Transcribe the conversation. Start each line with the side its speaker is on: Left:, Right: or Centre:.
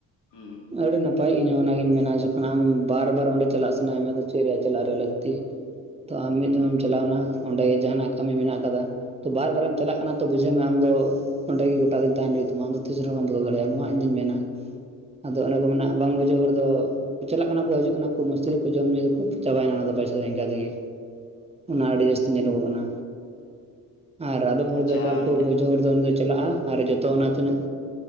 Left: ᱦᱩᱸ
Right: ᱟᱹᱰᱤ ᱱᱟᱯ ᱛᱚ ᱤᱧ ᱦᱚ ᱚᱱᱟᱜᱤᱧ ᱢᱮᱱᱟ ᱡᱚᱠᱷᱚᱱ ᱟᱢ ᱵᱟᱨ ᱵᱟᱨ ᱚᱸᱰᱮ ᱪᱟᱞᱟᱜ ᱥᱟᱱᱟᱭᱮᱫ ᱢᱮᱭᱟ ᱟᱫᱚ ᱪᱮᱫ ᱨᱮᱭᱟᱜ ᱪᱟᱞᱟᱜ ᱨᱮᱭᱟᱜ ᱞᱟᱹᱠᱛᱤ ᱛᱚ ᱟᱢ
Left: ᱦᱩᱸ
Right: ᱢᱤᱫ ᱫᱤᱱ ᱮᱢ ᱪᱟᱞᱟᱣ ᱮᱱᱟ ᱚᱸᱰᱮ ᱡᱟᱦᱟ ᱱᱟᱜ ᱠᱟᱢᱤ ᱢᱮᱱᱟᱜ ᱟᱠᱟᱫᱟ ᱛᱚ ᱵᱟᱨ ᱵᱟᱨᱮᱢ ᱪᱟᱞᱟᱜ ᱠᱟᱱᱟ ᱛᱚ ᱵᱩᱡᱷᱟᱹᱣ ᱢᱮ ᱟᱢ ᱫᱚ ᱚᱸᱰᱮ ᱜᱮ ᱜᱚᱴᱟ ᱫᱤᱱ ᱛᱟᱦᱮᱱ ᱦᱩᱭᱩᱜ ᱛᱟᱢᱟ ᱟᱫᱚ ᱛᱤᱥ ᱨᱮᱦᱚ ᱵᱟᱢ ᱵᱚᱫᱚᱞ ᱫᱟᱲᱮᱭᱟᱜ ᱱᱚᱣᱟ ᱤᱧᱫᱩᱧ ᱢᱮᱱᱟ ᱟᱫᱚ ᱚᱱᱮ ᱠᱚ ᱢᱮᱱᱟ ᱵᱟᱝ ᱵᱩᱡᱷᱟᱹᱜ ᱦᱚᱲ ᱫᱚ ᱪᱟᱞᱟᱜ ᱠᱟᱱᱟ ᱠᱚ ᱦᱤᱡᱩᱜ ᱠᱟᱱᱟ ᱠᱚ ᱢᱟᱥᱛᱤ ᱫᱟᱠᱚ ᱡᱚᱢ ᱧᱩᱩ ᱫᱟᱠᱚ ᱪᱟᱵᱟᱭᱮᱱᱟ ᱚᱱᱟ ᱫᱚ ᱯᱚᱭᱥᱟ ᱫᱚ ᱤᱱᱠᱟ ᱛᱮᱜᱮ ᱚᱱᱟ
Left: ᱦᱩᱸ
Right: ᱟᱹᱰᱤ ᱡᱟᱹᱥᱛᱤ ᱧᱮᱞᱚᱜᱚᱜ ᱠᱟᱱᱟ ᱟᱨ ᱟᱫᱚᱢ ᱦᱚᱲ
Left: ᱟᱪᱪᱷᱟ
Right: ᱫᱚ <unintelligible> ᱪᱟᱞᱟᱜᱼᱟ ᱟᱨ ᱡᱚᱛᱚ ᱚᱱᱟ ᱛᱤᱱᱟᱹᱜ